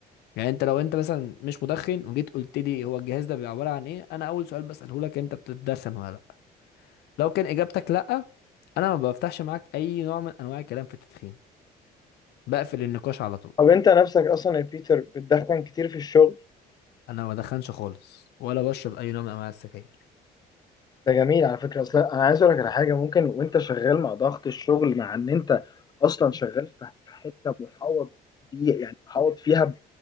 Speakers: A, on the left; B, on the left.
A: يعني انت لو انت مثلا مش مدخن وجيت قلت لي هو الجهاز ده بيبقى عبارة عن ايه انا اول سؤال بسأله لك انت بتتدخن ولا لا لو كان اجابتك لا انا ما بفتحش معاك اي نوع من انواع الكلام في التدخين بقفل النقاش على طول
B: طب انت نفسك اصلا يا بيتر بتدخن كتير في الشغل
A: انا ما بدخنش خالص ولا بشرب اي نوع من انواع السجاير
B: ده جميل على فكره اصلا انا عايز اقول لك على حاجه ممكن وانت شغال مع ضغط الشغل مع ان انت اصلا شغال في في حته محوط بيه يعني محوط فيها